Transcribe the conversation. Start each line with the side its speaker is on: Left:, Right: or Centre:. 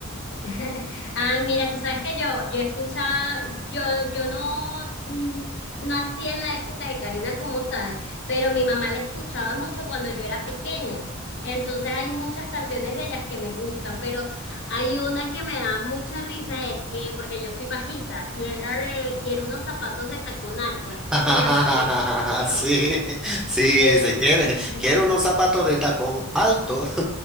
Left: <laughs> Ah, mira, tú sabes que yo, yo escuchaba, yo, yo no mm, no nací en la época de Karina como tal, pero mi mamá la escuchaba mucho cuando yo era pequeña. Entonces hay muchas canciones de ellas que me gustan, pero hay una que me da mucha risa, es que, porque yo soy bajita, y es la de Quiero unos zapatos de tacón alto. Y
Centre: <laughs>
Left: se llama así, esa canción.
Centre: Sí, sí,
Left: Eh,
Centre: se quiere,
Left: <laughs>
Centre: quiere unos zapatos de tacón alto